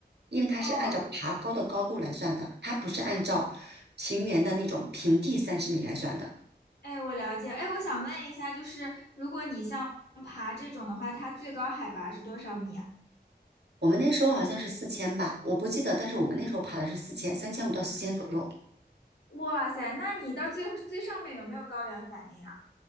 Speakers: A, on the right; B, on the left.
A: 因为它是按照爬高的高度来算的，
B: 哦，
A: 它不是按照平原的那种平地三十米来算的。
B: 哎，我了解。哎，我想问一下，就是如果你像爬这种的话，它最高海拔是多少米啊？
A: 我们那时候好像是四千吧，我不记得，但是我们那时候爬的是四千，三千五到四千左右。
B: 哇塞，那你到最最上面有没有高原反应啊？